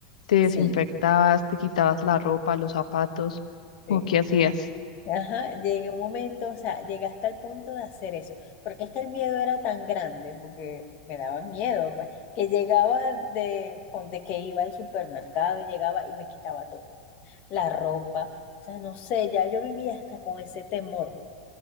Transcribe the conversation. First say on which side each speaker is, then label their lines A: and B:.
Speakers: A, on the left; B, on the left.
A: ¿Te desinfectabas,
B: Sí,
A: te quitabas la ropa, los zapatos
B: sí.
A: o qué hacías?
B: Ajá, llegué un momento, o sea, llegué hasta el punto de hacer eso, porque es que el miedo era tan grande, porque me daba miedo, pues, que llegaba de, ponte que iba al supermercado, llegaba y me quitaba todo, la ropa, o sea, no sé, ya yo vivía hasta con ese temor.